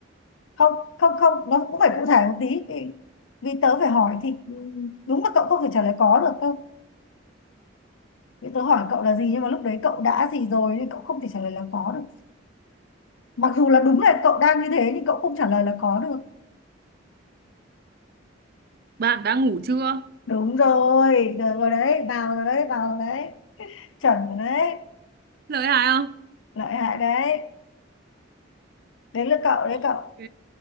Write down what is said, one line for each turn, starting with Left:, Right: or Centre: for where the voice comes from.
Left: không không không nó cũng phải cụ thể một tí vì, vì tớ phải hỏi thì ừ, đúng là cậu không thể trả lời có được cơ Vì tớ hỏi cậu là gì nhưng mà lúc đấy cậu đã gì rồi nên cậu không thể trả lời là có được mặc dù là đúng là cậu đang như thế nhưng cậu không trả lời là có được
Right: bạn đã ngủ chưa?
Left: đúng rồi rồi, rồi đấy vào rồi đấy vào rồi đấy chuẩn rồi đấy
Right: Lợi hại không?
Left: lợi hại đấy đấy là cậu đấy
Right: Ok,
Left: cậu